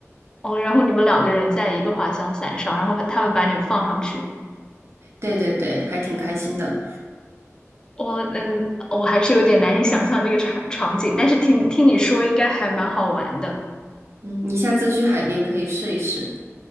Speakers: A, on the left; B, on the right.
A: 哦，然后你们两个人在一个滑翔伞上，然后他们把你们放上去。
B: 对对对，还挺开心的。
A: 我嗯，我还是有点难以想象这个场场景，但是听听你说应该还蛮好玩的。
B: 嗯，你下次去海边可以试一试，